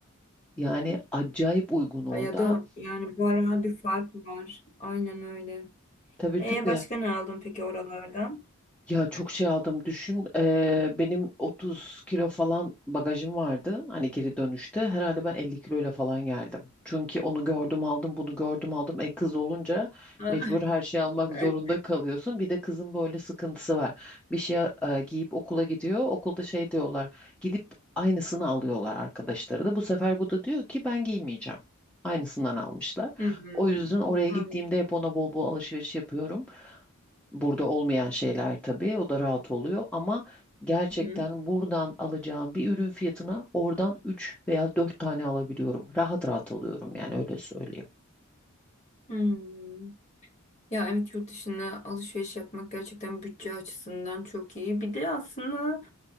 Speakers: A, in the centre; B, on the left (about 35°).
A: Yani acayip uygun orada.
B: Ay Ya da yani bu ara bir fark var. Aynen öyle.
A: Tabii
B: E
A: tabii.
B: başka ne aldın peki oralardan?
A: Ya çok şey aldım düşün. eee, benim 30 kilo falan bagajım vardı. Hani geri dönüşte. Herhalde ben 50 kiloyla falan geldim. Çünkü onu gördüm aldım, bunu gördüm aldım. E kız olunca
B: Aa.
A: mecbur her şeyi almak zorunda
B: <laughs>
A: kalıyorsun. Bir de kızın böyle sıkıntısı var. Bir şey eee, giyip okula gidiyor. Okulda şey diyorlar. Gidip aynısını alıyorlar arkadaşları da. Bu sefer bu da diyor ki ben giymeyeceğim. Aynısından almışlar.
B: Hı-hı.
A: O yüzden oraya
B: Anladım.
A: gittiğimde hep ona bol bol alışveriş yapıyorum. Burada olmayan şeyler tabii o da rahat oluyor ama gerçekten
B: Hı.
A: buradan alacağım bir ürün fiyatına oradan 3 veya 4 tane alabiliyorum. Rahat rahat alıyorum yani öyle söyleyeyim.
B: Hmm. Ya evet yurt dışına alışveriş yapmak gerçekten bütçe açısından çok iyi. Bir de aslında